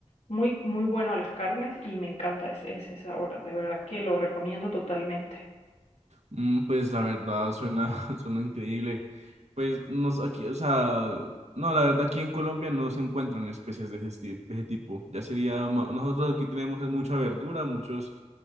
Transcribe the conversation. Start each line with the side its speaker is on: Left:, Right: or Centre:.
Left: muy, muy bueno a las carnes y me encanta ese, ese sabor. De verdad que lo recomiendo totalmente.
Right: Mm, pues la verdad, suena, <laughs> suena increíble. Pues no, sé, aquí, o sea, no, la verdad aquí en Colombia no se encuentran especies de ese, esti- de ese tipo. Ya sería, ma- nosotros aquí tenemos es mucha verdura, muchos